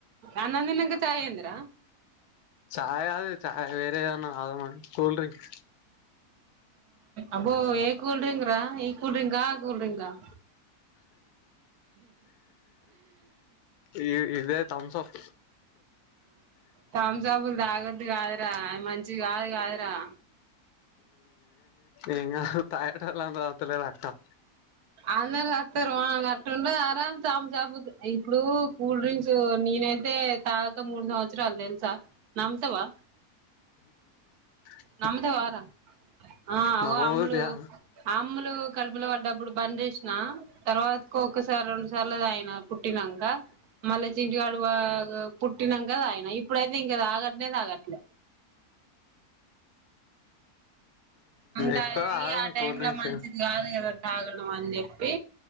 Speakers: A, on the right; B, on the left.
A: అన్నందినంక చాయి అంద్ర
B: చాయ కదు చా వేరే ఏదన్నా కూల్ డ్రింక్
A: అబో ఏ కూల్ డ్రింక్ రా ఈ కూల్ డ్రింగ్ ఆ కూల్ డ్రింగ్ ఆ
B: ఈ ఇదే థమ్స్ అప్
A: తమ్సాబులు తాగద్దు కాదురా అది మంచిడి కాదు కాదురా
B: ఏం గాడు తగేతోల్లు తగితలేరా అక్క
A: అందరు చస్తారు అట్లా ఉంటదార చాప చాపు ఇప్పుడు కూల్ డ్రింక్స్ నేనైతే తాగక మూడు సంవత్సరాలు తెల్సా నమ్ముతావా
B: ఉ
A: నమ్ముతవార ఆ అగొ
B: నమ్మబుద్ధిగా
A: అమ్ములు అమ్లు కడుపులో పడ్డప్పుడు బంద్ చేసిన తర్వాత ఒక్కసారి రెండు సర్ల తాగిన పుట్టినాక మళ్ళీ చింటుగాడు బా పుట్టినాంక తాగిన ఇప్పుడైతే ఇంకా తాగట్నే తాగట్లేదు అంతా
B: ఎక్కువ తాగం
A: ఆ టైంల
B: కూల్ డ్రింక్స్
A: మంచిది కాదు కదా తగడం అని చెప్పి